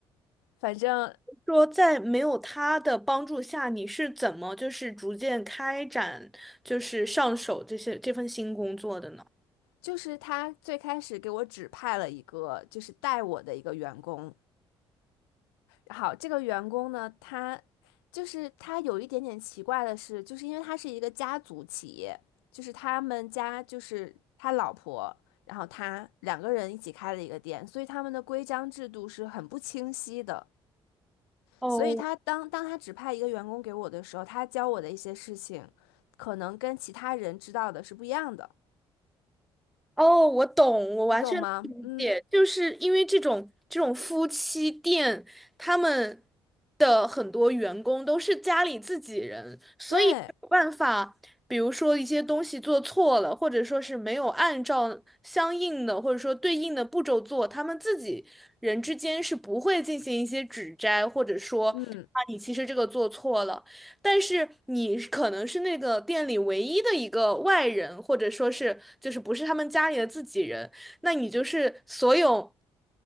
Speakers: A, on the left; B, in the centre.
A: 反正
B: 说在没有他的帮助下，你是怎么就是逐渐开展就是上手这些这份新工作的呢？
A: 就是他最开始给我指派了一个就是带我的一个员工，好，这个员工呢，他就是他有一点点奇怪的是，就是因为他是一个家族企业，就是他们家就是他老婆，然后他两个人一起开了一个店，所以他们的规章制度是很不清晰的。
B: 哦。
A: 所以他当当他指派一个员工给我的时候，他教我的一些事情，可能跟其他人知道的是不一样的，
B: 哦，我懂，我完全理解，
A: 你懂吗？嗯，
B: 就是因为这种这种夫妻店，他们的很多员工都是家里自己人，所以没有办法，
A: 对，
B: 比如说一些东西做错了，或者说是没有按照相应的或者说对应的步骤做，他们自己人之间是不会进行一些指摘，或者说啊，
A: 嗯，
B: 你其实这个做错了。但是你可能是那个店里唯一的一个外人，或者说是就是不是他们家里的自己人，那你就是所有